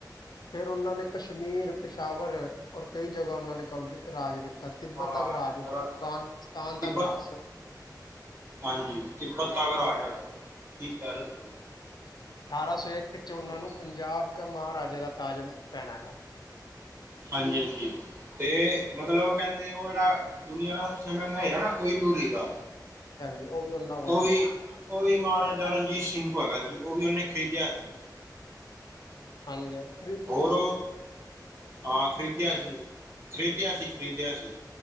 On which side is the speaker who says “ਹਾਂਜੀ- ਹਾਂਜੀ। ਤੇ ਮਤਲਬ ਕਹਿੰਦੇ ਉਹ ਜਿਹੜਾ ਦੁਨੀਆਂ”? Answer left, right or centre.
Right